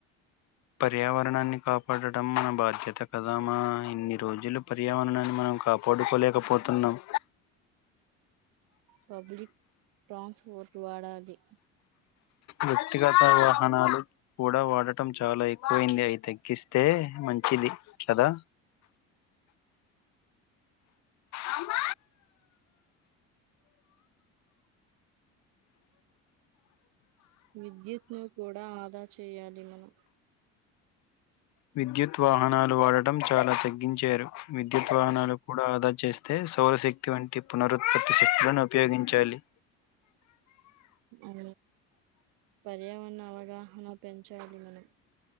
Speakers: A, on the left (about 50°); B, on the right (about 75°).
A: పర్యావరణాన్ని కాపాడటం మన బాధ్యత కదా మా ఇన్ని రోజులు పర్యావరణాన్ని మనం ఇంకా పడుకోలేకపోతున్నాం
B: పబ్లిక్ ట్రాన్స్పోర్ట్ వాడాలి
A: వ్యక్తిగత వాహనాలు కూడ వాడటం చాల ఎక్కువైంది అయితాయ్ కిస్తే మంచిది కదా అమ్మ
B: విద్యుత్ ను కూడ ఆదా చేయాలి మనం
A: విద్యుత్ వాహనాలు వాడటం చాల తగ్గించారు విద్యుత్ వాహనాలు కూడాఆదా చేస్తే సౌరశక్తి వంటి పునరుత్పత్తి శక్తులను ఉపయోగించాలి
B: ఆ పర్యావరణ అవగాహన పెంచాలి మనం